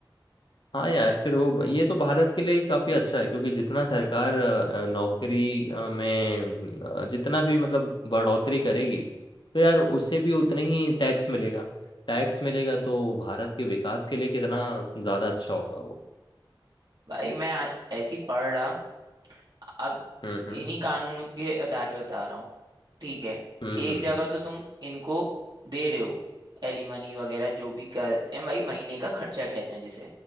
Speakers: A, on the left (about 65°); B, on the right (about 55°).
A: हाँ यार फिर वो ये तो भारत के लिए ही काफी अच्छा है क्योंकि जितना सरकार अ, नौकरी अ, में अ, जितना भी मतलब बढ़ोतरी करेगी तो यार उससे भी उतने ही टैक्स मिलेगा टैक्स मिलेगा तो भारत के विकास के लिए कितना ज्यादा अच्छा होगा वो
B: भाई मैं आ- ऐसी पढ़ रहा अब
A: हम्म हम्म
B: इन्हीं कानून के आधार पे बता रहा हूँ ठीक है
A: हम्म
B: एक
A: हम्म
B: जगह
A: हम्म,
B: तो तुम इनको दे रहे हो एलिमनी वगैरह जो भी कहते हैं भाई महीने का खर्चा कहते हैं जिसे